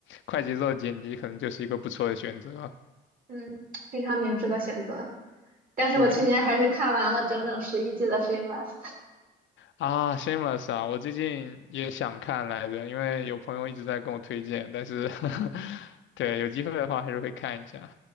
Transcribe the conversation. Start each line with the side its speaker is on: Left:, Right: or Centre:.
Left: 快节奏的剪辑，可能就是一个不错的选择。
Right: 嗯，非常明智的选择。但是我去年还是看完了整整十一季的《Shameless》
Left: 对，啊，Shameless 啊，我最近也想看来着，因为有朋友一直在跟我推荐，但是 <laughs> 对，有机会的话还是会看一下。